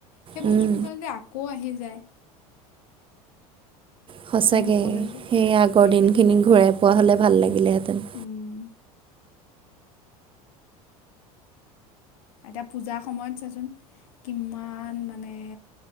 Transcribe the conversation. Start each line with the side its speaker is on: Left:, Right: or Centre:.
Left: সেই
Right: উম,
Left: বস্তুকিছুমান যে আকৌ আহি যায়।
Right: সঁচাকৈ,
Left: এই সকলোৱে যে
Right: সেই আগৰ
Left: একে
Right: দিনখিনি ঘূৰাই পোৱা হ'লে ভাল লাগিলেহেঁতেন।
Left: উম, এতিয়া পূজাৰ সময়ত চাচোন কিমান মানে